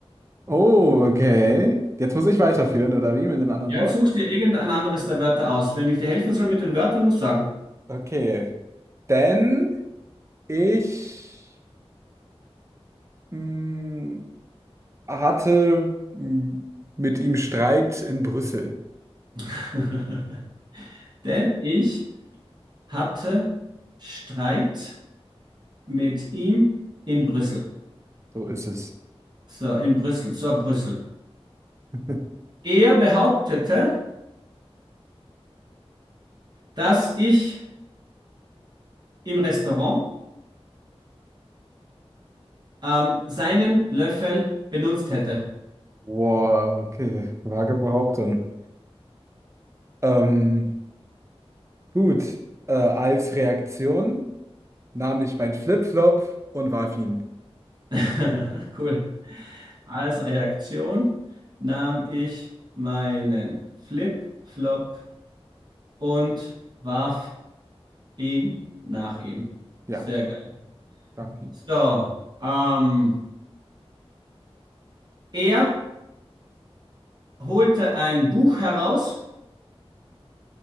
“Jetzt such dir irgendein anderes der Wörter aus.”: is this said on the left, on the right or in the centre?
Right